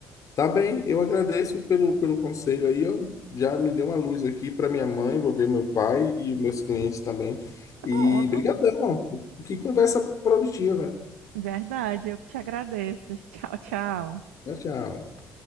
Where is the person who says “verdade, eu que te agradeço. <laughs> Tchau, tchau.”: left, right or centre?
Right